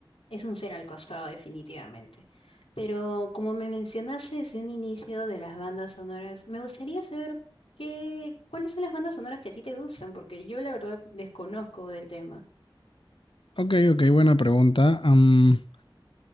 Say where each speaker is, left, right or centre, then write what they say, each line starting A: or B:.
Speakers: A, on the left; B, on the left.
A: es un ser al costado, definitivamente. Pero como me mencionaste desde un inicio de las bandas sonoras, me gustaría saber qué, cuáles son las bandas sonoras que a ti te gustan, porque yo la verdad desconozco del tema.
B: Ok, ok, buena pregunta. Am,